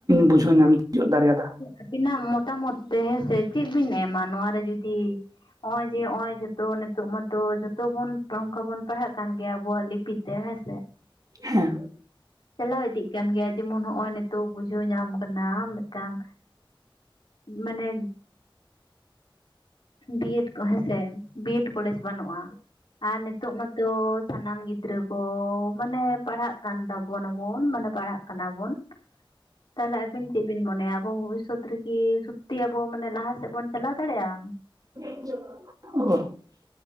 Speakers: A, on the right; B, on the left.
A: ᱵᱩᱡᱷᱟᱹᱣ ᱧᱟᱢ ᱛᱤᱭᱳᱜ ᱫᱟᱲᱮᱭᱟᱫᱟ
B: ᱟᱵᱤᱱᱟᱜ ᱢᱚᱛᱟᱢᱚᱛ ᱛᱮ ᱦᱮᱸᱥᱮ ᱪᱮᱫ ᱵᱤᱱ ᱮᱢᱟ ᱱᱚᱣᱟ ᱨᱮ ᱡᱩᱫᱤ ᱱᱚᱸᱜᱼᱚᱭ ᱡᱮ ᱚᱹᱜᱼᱚᱭ ᱡᱚ ᱛᱚ ᱱᱤᱛᱚᱜ ᱢᱟᱛᱚ ᱡᱚᱛᱚ ᱵᱚᱱ ᱱᱚᱝᱠᱟ ᱵᱚᱱ ᱯᱟᱲᱦᱟᱜ ᱠᱟᱱ ᱜᱮᱭᱟ ᱟᱵᱚᱣᱟᱜ ᱞᱤᱯᱤ ᱛᱮ ᱦᱮᱸ ᱥᱮ
A: ᱦᱮᱸ
B: ᱪᱟᱞᱟᱣ ᱤᱫᱤᱜ ᱠᱟᱱ ᱜᱮᱭᱟ ᱡᱮᱢᱚᱱ ᱚᱸᱜᱼᱚᱭ ᱱᱤᱛᱚᱜ ᱵᱩᱡᱷᱟᱹᱣ ᱧᱟᱢ ᱠᱟᱱᱟ ᱢᱤᱫᱴᱟᱝ ᱢᱟᱱᱮ ᱵᱤᱭᱮᱰ ᱠᱚ ᱦᱮᱸᱥᱮ ᱵᱤᱭᱮᱰ ᱠᱚᱞᱮᱡᱽ ᱵᱟᱹᱱᱩᱜᱼᱟ ᱟᱨ ᱱᱤᱛᱚᱜ ᱢᱟᱛᱚ ᱥᱟᱱᱟᱢ ᱜᱤᱫᱽᱨᱟᱹ ᱠᱚ ᱢᱟᱱᱮ ᱯᱟᱲᱦᱟᱜ ᱠᱟᱱ ᱛᱟᱵᱚᱱᱟᱵᱚᱱ ᱢᱟᱱᱮ ᱯᱟᱲᱦᱟᱜ ᱠᱟᱱᱟ ᱵᱚᱱ ᱛᱟᱦᱞᱮ ᱟᱵᱤᱱ ᱪᱮᱫ ᱵᱤᱱ ᱢᱚᱱᱮᱭᱟ ᱟᱵᱚ ᱵᱷᱚᱵᱤᱥᱥᱚᱛ <unintelligible> ᱠᱤ ᱥᱩᱛᱛᱤ ᱟᱵᱚ ᱢᱟᱱᱮ ᱞᱟᱦᱟ ᱥᱮᱫ ᱵᱚᱱ ᱪᱟᱞᱟᱣ ᱫᱟᱲᱮᱭᱟᱜᱼᱟ
A: <unintelligible>